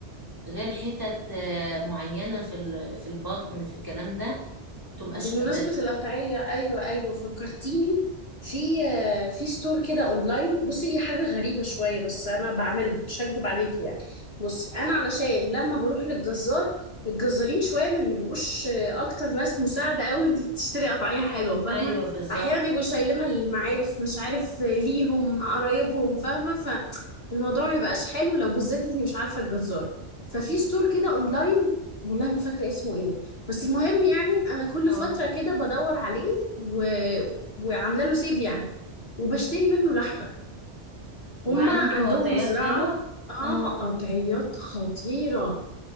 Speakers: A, on the right; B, on the left.
A: غير حتت آه، معينة في ال... في البطن في الكلام ده بتبقى
B: بمناسبة
A: شدة
B: القطعية أيوة أيوة فكرتيني في في ستور كده أونلاين بصي هي حاجة غريبة شوية بس أنا بعملها مش هكدب عليكي يعني بصي أنا علشان لما بروح للجزار الجزارين شوية ما بيبقوش أكتر ناس مساعدة أوي أنت تشتري قطعية حلوة فاهمة
A: أيوة بالظبط
B: أحيانا يبقوا شايلينها للمعارف مش عارف ليهم قرايبهم فاهمة فالموضوع ما يبقاش حلو لو بالذات أنت مش عارفة الجزار ففي ستور كده أونلاين والله ما فاكرة اسمه إيه بس المهم يعني انا كل
A: اه
B: فتره كده بدور عليه و... وعامله له سيف يعني وبشتري منه لحمه هما
A: وعنده
B: عندهم
A: قطعيات
B: مزرعه
A: حلوة
B: اه
A: اه
B: قطعيات خطيره